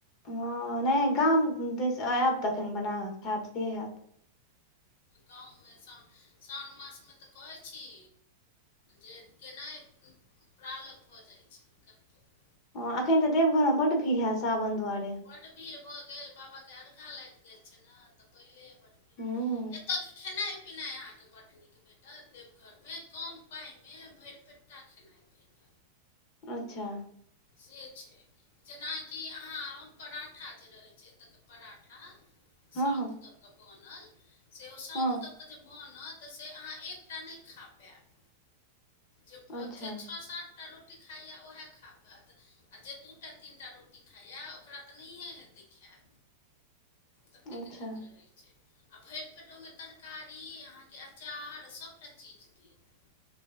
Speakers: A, on the left (about 40°); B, on the left (about 70°).
A: हँ नहि गाम दीस आयब तखन बना कऽ खायब से हैत।
B: गाँवमे सओन सओन मासमे तऽ कहैत छी। जे केना प्रालग भऽ जाइ छै। कतहु
A: ह एखन तऽ देवघरमे बड्ड भीड़ हेत सावन दुआरे।
B: बड भीड़ भऽ गेल बाबा के अरघा लागि जा छै ने तऽ पहिले। बड्ड भीड़
A: हूं।
B: एतयके खेनाइ पिनाइ अहाँके बड्ड नीक भेटत देवघर मे कम पाई मे भैर पेटा खेनाइ। भेटत
A: अच्छा।
B: से छैय। जेनाकि आहाँ पराठा जे रहैत छै एतऽ पराठा।
A: हँ
B: साउथ
A: हँ
B: तकके बनल से ओ साउथ
A: हँ
B: तकके जे। बनत से आहाँ एक टा नय खा पैब जे
A: अच्छा
B: जे छः सात। टा रोटी खाइया ओहे खा पेत आ जे दूटा तीनटा रोटी। खइया ओकरा तऽ नहिए हेतै खेइल ततेक
A: अच्छा
B: नीक रहैत छै। आ भैइर पेट ओहिमे तरकारी अहाँके अचार सभटा चीज। देत